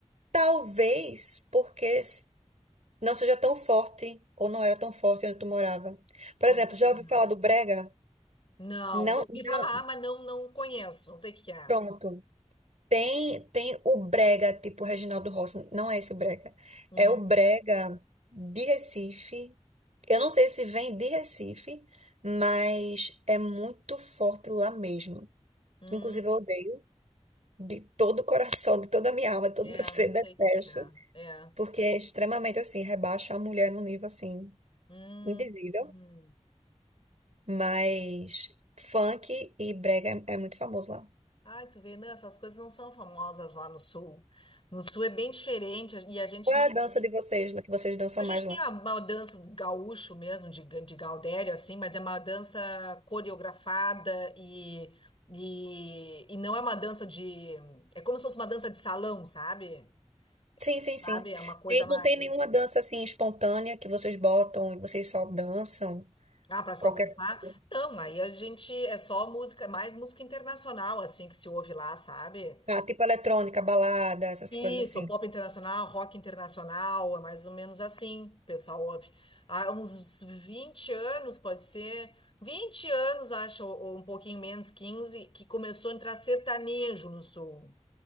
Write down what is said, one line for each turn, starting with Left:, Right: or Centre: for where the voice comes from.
Right: Talvez porque s- não seja tão forte ou não era tão forte onde tu morava. Por
Left: Com
Right: exemplo,
Left: certeza
Right: já ouviu
Left: não.
Right: falar do brega?
Left: Não,
Right: Não,
Left: eu ouvi
Right: não,
Left: falar, mas não, não conheço. Não sei o que que é.
Right: pronto. Tem, tem o brega tipo Reginaldo Rossi, não é esse o brega.
Left: Hum,
Right: É o brega de Recife. Eu não sei se vem de Recife, mas é muito forte lá mesmo.
Left: hum,
Right: Inclusive, eu odeio de todo o coração, de toda a minha alma, de todo
Left: é,
Right: o meu ser,
Left: não sei
Right: detesto.
Left: o que que é. É.
Right: porque é extremamente assim, rebaixa a mulher num nível assim,
Left: Hum,
Right: indizível.
Left: hum.
Right: Mas funk e brega é, é muito famoso lá.
Left: Ai, tu vê, não, essas coisas não são famosas lá no sul. No sul é bem diferente e a gente
Right: Qual é a dança de vocês, lá que vocês dançam
Left: A gente
Right: mais lá?
Left: tem uma, uma dança do gaúcho mesmo, de, ga- de Gaudério, assim, mas é uma dança coreografada e, e, e não é uma dança de. É como se fosse uma dança de salão, sabe?
Right: Sim, sim, sim.
Left: Sabe? É uma coisa
Right: E não
Left: mais.
Right: tem nenhuma dança assim espontânea que vocês botam e vocês só dançam?
Left: Ah, para só
Right: Qualquer
Left: dançar?
Right: coisa.
Left: Não, aí a gente. É só música, mais música internacional, assim, que se ouve lá, sabe?
Right: Ah, tipo eletrônica, balada, essas
Left: Isso,
Right: coisas assim.
Left: pop internacional, rock internacional, é mais ou menos assim, pessoal. ouve. Há uns 20 anos, pode ser, 20 anos, acho, ou um pouquinho menos, 15, que começou a entrar sertanejo no sul.